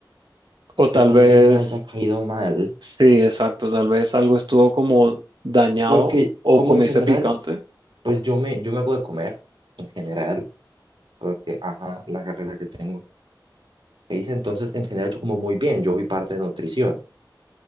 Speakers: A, on the right (about 70°); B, on the right (about 85°).
A: o
B: que
A: tal
B: tal
A: vez,
B: vez me haya caído mal.
A: sí, exacto, tal vez algo estuvo como dañado
B: Porque
A: o
B: como
A: comiese
B: en general,
A: picante,
B: pues yo me, yo me hago de comer, en general, porque, ajá, la carrera que tengo. que hice, entonces, en general yo como muy bien, yo vi parte de nutrición.